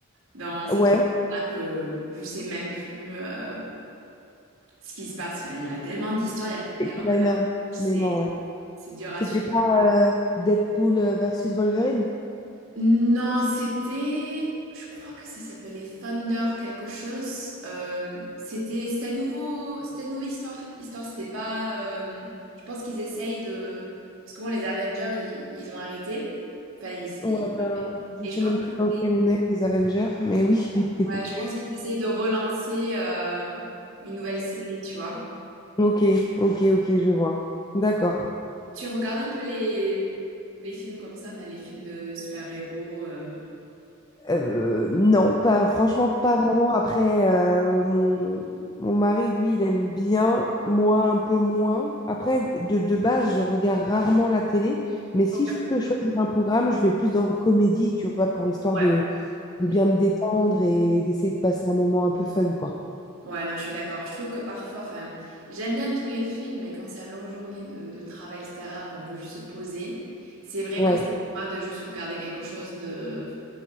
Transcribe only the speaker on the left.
Ouais,
il
y
en a
énormément,
ouais.
C'était
pas euh, Deadpool euh, versus Wolverine?
Ouais,
ben, je
sais
même plus dans lequel
on est, les Avengers, mais oui. <laughs>
Ok, ok, ok, je vois. D'accord.
Euh, non, pas franchement, pas vraiment. Après, euh, mon, mon mari, lui, il aime bien, moi un peu moins. Après, de, de base, je regarde rarement la télé, mais si
je peux choisir un programme, je vais plus dans comédie, tu vois, pour histoire
de, de bien
me détendre et d'essayer de passer un moment un peu fun, quoi.
Ouais,